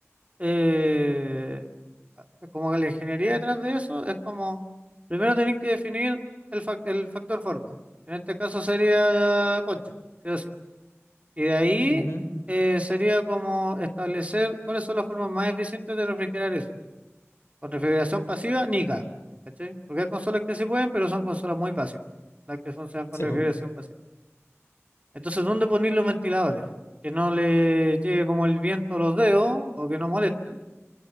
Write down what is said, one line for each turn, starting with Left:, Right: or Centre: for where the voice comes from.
Right: eh, como que la ingeniería detrás de eso es como, primero tenéis que definir el, fac- el factor forma, en este caso sería concha, sí o sí. Y de ahí
Left: Ujú,
Right: eh, sería como establecer cuáles son las formas más eficientes de refrigerar eso. Con refrigeración pasiva, nica, ¿Cachai? Porque hay consolas que sí pueden, pero son consolas muy básicas, las que funcionan con
Left: sí,
Right: refrigeración
Left: po.
Right: pasiva. Entonces, ¿dónde poner los ventiladores? Que no le llegue como el viento a los dedos o que no molesten.